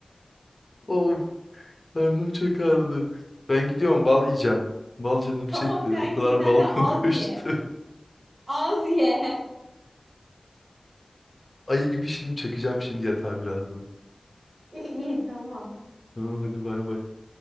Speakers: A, on the left; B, on the right.
A: Of karnım çok ağrıdı. Ben gidiyorum bal yiyeceğim. Bal canım çekti.
B: Tamam kanki
A: O kadar
B: sen
A: bal
B: de
A: <laughs> konuştu.
B: az ye. Az ye. <laughs>
A: Ayı gibi şimdi çökeceğim şimdi yatağa birazdan.
B: İyi, iyi tamam.
A: Tamam hadi bay bay.